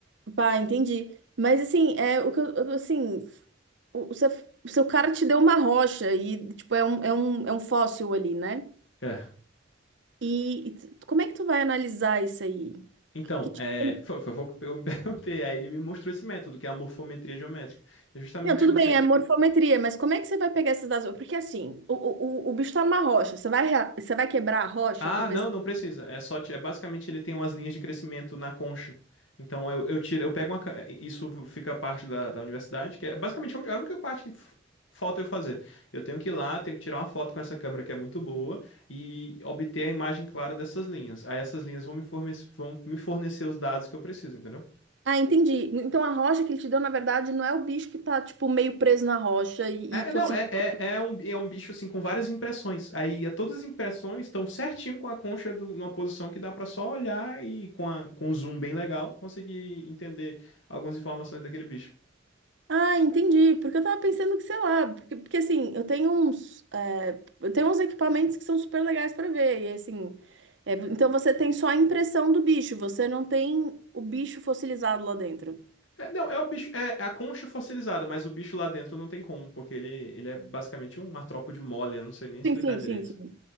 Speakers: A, on the right; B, on the left.
A: Pá, entendi. Mas assim, é o que eu, eu- assim, o, o seu o seu cara te deu uma rocha e tipo é um, é um, é um fóssil ali, né?
B: É.
A: E, e tu- como é que tu vai analisar isso aí?
B: Então,
A: Que tipo-
B: é, foi, foi, foi o que eu me <laughs> perguntei. Aí ele me mostrou esse método, que é a morfometria geométrica, que é justamente
A: Não, tudo
B: você
A: bem, é morfometria, mas como é que você vai pegar esses dados? Porque assim, o, o, o o bicho tá numa rocha, você vai, rea- você vai quebrar a rocha
B: Ah,
A: pra ver
B: não,
A: se...
B: não precisa. É só, ti- é basicamente ele tem umas linhas de crescimento na concha. Então eu, eu tiro, eu pego uma, ca- isso fica parte da, da universidade, que é basicamente a ú- a única parte que f- falta eu fazer. Eu tenho que ir lá, tenho que tirar uma foto com essa câmera que é muito boa e obter a imagem clara dessas linhas. Aí essas linhas vão me fornecer, vão me fornecer os dados que eu preciso, entendeu?
A: Ah, entendi. Então a rocha que ele te deu, na verdade, não é o bicho que tá, tipo, meio preso na rocha e,
B: É,
A: e
B: não,
A: fossilizou
B: é, é, é, um, é um bicho assim com várias impressões. Aí é, todas as impressões estão certinho com a concha do- numa posição que dá pra só olhar e com, a, com um zoom bem legal conseguir entender algumas informações daquele bicho.
A: Ah, entendi. Porque eu tava pensando que, sei lá, porque, porque assim, eu tenho uns, é, eu tenho uns equipamentos que são super legais pra ver. E assim, é, então você tem só a impressão do bicho, você não tem o bicho fossilizado lá dentro.
B: É, não, é o bicho, é, é a concha fossilizada, mas o bicho lá dentro não tem como, porque ele, ele é basicamente um artrópode mole, eu não sei nem explicar
A: Sim, sim,
B: direito.
A: sim, sim.